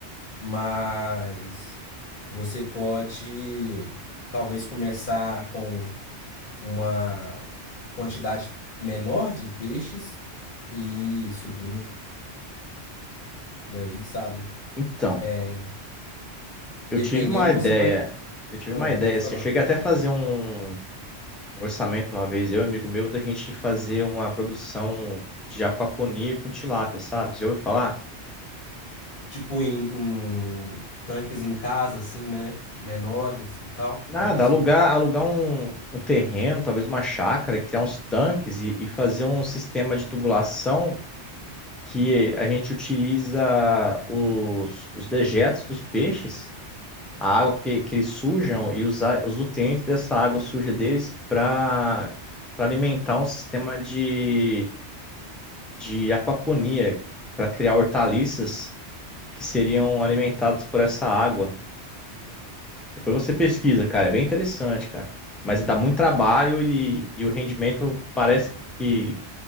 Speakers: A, on the left (about 50°); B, in the centre.
A: mas você pode talvez começar com uma quantidade menor de peixes e ir subindo daí, sabe?
B: Então,
A: É, Dependendo,
B: eu tive uma ideia.
A: você pode,
B: Eu tive
A: ah,
B: uma ideia,
A: pode
B: assim,
A: falar.
B: eu cheguei até a fazer um. um orçamento uma vez, eu e um amigo meu, da gente fazer uma produção de aquaponia com tilápia, sabe? Você já ouviu falar?
A: Tipo em, em tanques em casa, assim, né? Menores e tal.
B: Nada,
A: É isso?
B: alugar, alugar um, um terreno, talvez uma chácara, criar uns tanques e, e fazer um sistema de tubulação que a gente utiliza os, os dejetos dos peixes, a água que, que eles sujam e usar os nutrientes dessa água suja deles para para alimentar um sistema de, de aquaponia, para criar hortaliças que seriam alimentados por essa água. Depois você pesquisa, cara, é bem interessante, cara. Mas dá muito trabalho e, e o rendimento parece que,